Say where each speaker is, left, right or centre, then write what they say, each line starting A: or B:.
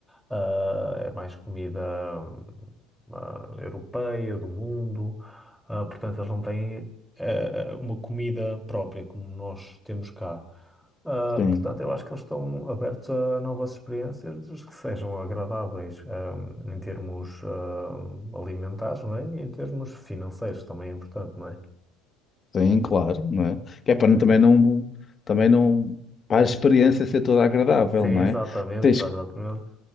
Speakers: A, in the centre; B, on the left.
A: Ah, é mais comida hum, ah, europeia, do mundo. Ah, portanto, eles não têm eh, uma comida própria como nós temos cá. Ah,
B: Sim,
A: portanto, eu acho que eles estão abertos a novas experiências desde que sejam agradáveis, ah, em termos, ah, alimentares, não é? E em termos financeiros também é importante, não é?
B: sim, claro, não é? Que é para não- também não, também não, para a experiência ser toda agradável,
A: Sim,
B: não é?
A: exatamente,
B: Tens,
A: exatamente.
B: que-